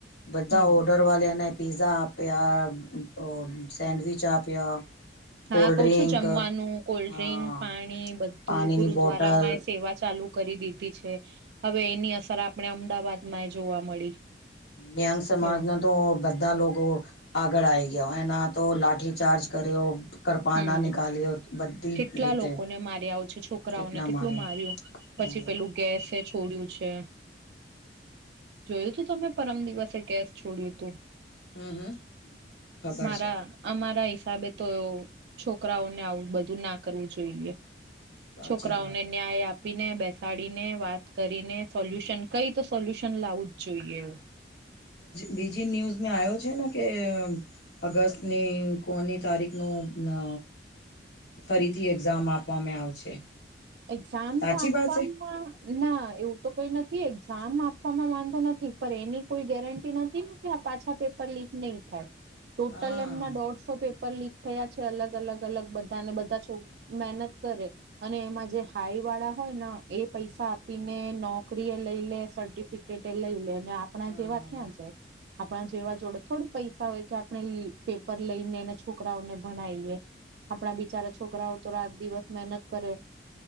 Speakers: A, on the left; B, on the right.
A: બધા
B: હમ
A: ઓર્ડર વાળ્યાને પિઝા આપ આપ્યા ઓ સેન્ડવિચ આપ આપ્યા
B: હા
A: કોલ્ડ
B: કઉ
A: ડ્રિંક
B: છું જમવાનું કોલ્ડ્રિંક
A: હા
B: પાણી બધું
A: પાણીની
B: ગુરુદ્વારામાં
A: બોટલ
B: સેવા ચાલુ કરી દીધી છે હવે એની અસર આપણે અમદાવાદમાં એ જોવા મળી
A: દ્યાંગ સમમાજના
B: એવ
A: તો બધા લોકો આગળ આવીઈ ગયા એના તો લાઠીચાર્જ કર્યો કરપાના
B: હમ્મ
A: નીકાલ્યો બધી
B: કેટલા
A: રીતે
B: લોકોને માર્યા આવ છે છોકરાઓને
A: કેટલા
B: કેટલું
A: માર્યા
B: માર્યું પછી
A: હમ
B: પેલું ગેસે છોડ્યું છે. જોયું તું તમે પરમ દિવસે ગેસ છોડ્યું હતું
A: હમ હમ ખબર
B: મારા
A: છે
B: અમારા હિસાબે તો છોકરાઓને આવું બધું ના કરવું જોઈએ
A: સાચી
B: છોકરાઓને
A: વાત હે
B: ન્યાય આપ આપીને બેસાડીને વાત કરીને સોલ્યુશન કઈ તો સોલ્યુશન લાવું જ જોઈએ
A: બીજી ન્યૂઝ મેં આવ્યો છે ને કે- અગસ્ટની કોની તારીખનો- ફરીથી એક્ઝામ આપવામાં આવશે-
B: એક્ઝામ
A: સાચી
B: તો આપવાવામાં-
A: વાત છે
B: ના એવું તો કઈ નથી એક્ઝામ આપવામાં વાંધો નથી પણ એની કોઈ ગેરંટી નથી ને- પાછા પેપર લીક નહી થાય ટોટલ
A: હા
B: એમના ડોટ- પેપર લીક થયા છે. અલગ અલગ અલગ બધાને બધા છો મહેનત કરે અને એમાં- જે હાઈ વાળા હોય ને એ પૈસા આપીને નોકરી એ લઈ લે સર્ટિફિકેટ એ લઈ લે- આપણા
A: હા
B: જેવા ક્યાં છે. આપણા જેવા જોડે થોડી પૈસા હોય કે આપણે પેપર લઈને છોકરાઓને ભણઈએ- આપણા બિચારા છોકરાઓ તો રાત દિવસ મહેનત કરે-